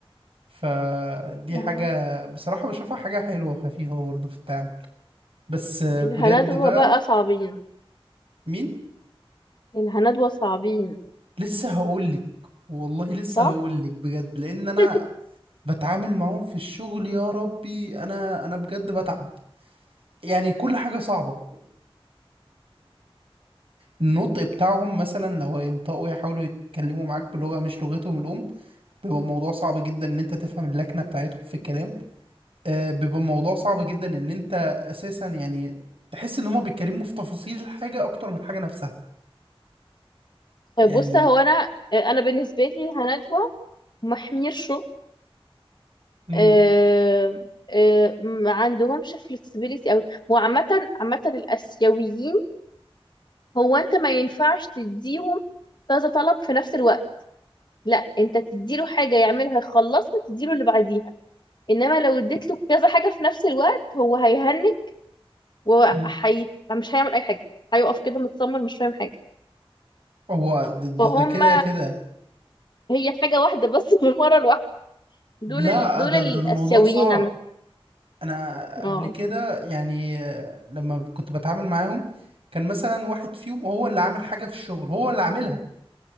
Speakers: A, on the right; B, on the left.
A: فدي
B: اه
A: حاجة بصراحة بشوفها حاجة حلوة وخفيفة برضه في التعامل بس آه،
B: الهندوة
A: بجد بقى
B: بقى صعبين
A: مين
B: الهندوة صعبين
A: لسه هقولك والله لسه
B: صح
A: هقولك بجد لان انا
B: <laughs>
A: بتعامل معاهم في الشغل يا ربي انا انا بجد بتعب يعني كل حاجة صعبة النطق بتاعهم مثلا لو هينطقوا يحاولوا يتكلموا معاك بلغة مش لغتهم الأم بيبقى الموضوع صعب جدا إن أنت تفهم اللكنة بتاعتهم في الكلام آه بيبقى الموضوع صعب جدا إن أنت أساسا يعني تحس إن هما بيتكلموا في تفاصيل الحاجة أكتر من الحاجة نفسها
B: طيب
A: يعني
B: بص هو انا آه، انا بالنسبه لي الهندوه ما حميرشوا
A: مم.
B: آه، آه، ما عندهمش فلكسبيليتي او هو عامة عامة الاسيويين هو انت ما ينفعش تديهم كذا طلب في نفس الوقت لا انت تديله حاجة يعملها يخلصها تديله اللي بعديها انما لو اديت له كذا حاجة في نفس الوقت هو هيهنج وحي
A: مم.
B: مش هيعمل اي حاجة هيقف كده متصمم مش فاهم حاجة
A: هو ده, ده,
B: فهم
A: ده كده كده
B: هي حاجة واحدة بس <laughs> في المرة الواحدة دول
A: لا
B: ال... دول
A: ده,
B: الاسيويين
A: ده الموضوع صعب
B: عامة
A: أنا قبل
B: اه
A: كده يعني آه، لما كنت بتعامل معاهم كان مثلا واحد فيهم هو اللي عامل حاجة في الشغل هو اللي عاملها